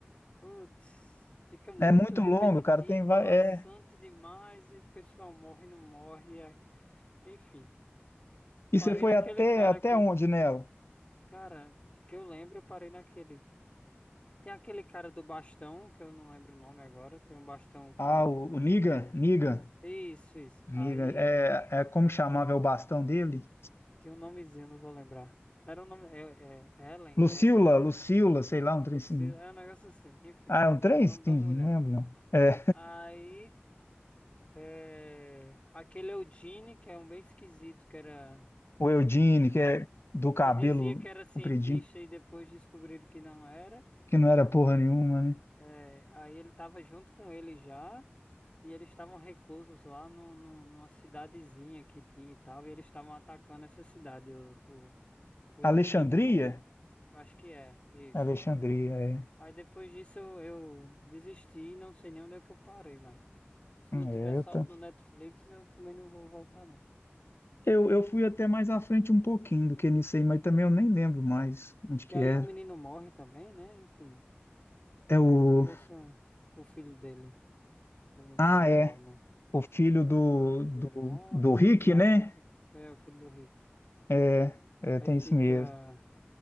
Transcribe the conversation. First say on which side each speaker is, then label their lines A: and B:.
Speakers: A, on the left (about 30°); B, on the left (about 70°).
A: Putz, fica muito
B: É muito
A: repetitivo,
B: longo, cara. Tem, vai-
A: maçante
B: é...
A: demais e o pessoal morre, não morre. é- Enfim,
B: E
A: parei
B: você foi
A: naquele
B: até,
A: cara
B: até
A: com.
B: onde nela?
A: Cara, porque eu lembro, eu parei naquele. Tem aquele cara do bastão, que eu não lembro o nome agora. Tem um bastão com,
B: Ah, o,
A: com...
B: o Negan, Negan,
A: Isso, isso.
B: Negan.
A: Aí
B: É, é como chamava é o bastão dele?
A: tinha um nomezinho, não vou lembrar. Era um nome. É, é é Helen,
B: Lucila,
A: é, é. o-
B: Lucila, sei lá, um trem
A: Você.
B: assim.
A: É um negócio assim, enfim.
B: Ah, é um trem?
A: É o nome
B: Sim,
A: da mulher.
B: não lembro, não. É.
A: Aí. É, aquele é o Gene, que é um bem esquisito, que era
B: O Eudine, que é do cabelo
A: que dizia que era cientista
B: compridinho,
A: e depois descobriram que não era.
B: que não era porra nenhuma, né?
A: É, aí ele tava junto com ele já, e eles estavam reclusos lá no, no- numa cidadezinha que tinha e tal, e eles estavam atacando essa cidade, o, o, o
B: Alexandria?
A: Eugene com. Eu acho que é, isso.
B: Alexandria, é.
A: Aí depois disso eu, eu desisti e não sei nem onde é que eu parei mais. Se
B: É,
A: não tiver salvo
B: eu, tá-
A: no Netflix, eu também não vou voltar, não.
B: eu, eu fui até mais à frente um pouquinho do que nisso aí, mas também eu nem lembro mais onde
A: Que
B: que
A: aí
B: era.
A: o menino morre também, né? Enfim,
B: É o.
A: tem toda essa. O filho dele, que eu não vou
B: Ah,
A: lembrar
B: é.
A: o nome.
B: O filho do,
A: O filho
B: do,
A: dele morre,
B: do
A: filho
B: Rick,
A: mata
B: né?
A: um bocado. É, o filho do Rick.
B: É, é,
A: Aí
B: tem
A: fica
B: isso mesmo.